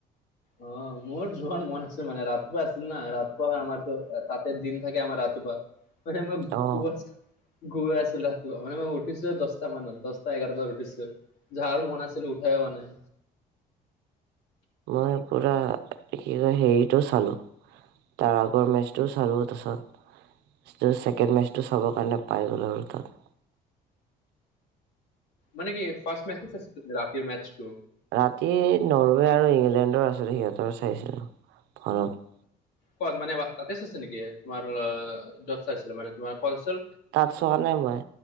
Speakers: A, on the left (about 80°); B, on the right (about 85°).
A: অ মোৰ যোৱাৰ মন আছে মানে ৰাতিপুৱা আছিল না ৰাতিপুৱা আমাৰতো তাঁতেৰ দিন থাকে আমাৰ ৰা <unintelligible>
B: অ
A: ঘূই আছিলে মানে মই উঠিছো দশটা মানত দহটা এঘাৰ বজাত উঠিছো যাৰ মন আছিল উঠাই হোৱা নাই
B: মই পুৰা কি কয় হেৰিটো চালোঁ তাৰ আগৰ মেচটোও চালোঁ তাৰপিছত ছেকেণ্ড মেচটো চাবৰ কাৰণে পাই গ'ল আৰু তাত
A: মানে কি ফাৰ্ষট <unintelligible> ৰাতিৰ মচ
B: ৰাতি নৰৱে আৰু ইংলেণ্ডৰ আছিলে সিহঁতৰ চাইছিলো ফনত
A: কত মানে তাতে চাচে আছে নেকি তোমাৰ অ যত চাই আছিলে মানে তোমাৰ কলচল
B: তাত চোৱা নাই মই